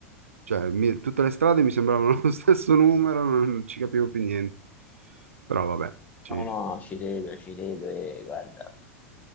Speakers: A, on the right; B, on the left.
A: cioè, mi- tutte le strade mi sembravano <laughs> lo stesso numero, non ci capivo più niente. Però vabbè, ci-
B: No, no, ci credo, ci credo e guarda,